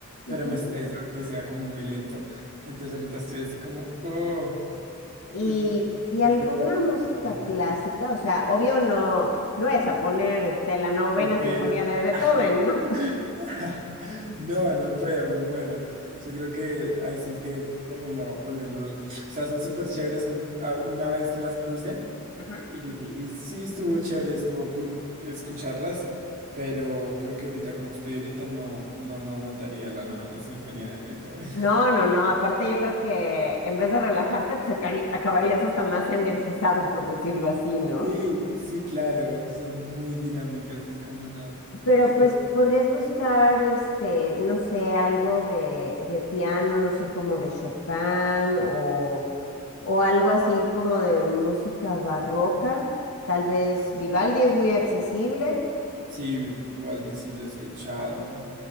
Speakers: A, on the left; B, on the right.
A: ujú.
B: pero me estresa que sea como muy lento. Entonces ahorita estoy así como, oh,
A: Y,
B: entonces probablemente
A: y alguna
B: creo que
A: música
B: la,
A: clásica, o sea, obvio no, no vayas a poner este, la novena
B: la
A: sinfonía de Beethoven, ¿no? <laughs>
B: <laughs> No, no puedo, me muero. Yo creo que ahí sí es que terminó volviendo. O sea, son súper chéveres. son- a- Una vez las puse
A: Ajá.
B: y, y sí estuvo chévere, estuvo cool escucharlas, pero creo que ahorita como estoy ahorita no, no, no aguantaría la novena sinfonía de Beethoven. <laughs>
A: No, no, no. Aparte, yo creo que en vez de relajarte, pues acari- acabarías hasta más energizado, por decirlo así, ¿no?
B: Sí, sí, claro, son muy dinámicas, es como no.
A: Pero
B: es
A: pues
B: de-
A: podrías buscar, este, no sé, algo de, de piano, no sé, como de Chopin o, o algo así como de música barroca. Tal vez Vivaldi es muy accesible.
B: Sí, Vivaldi sí lo he escuchado.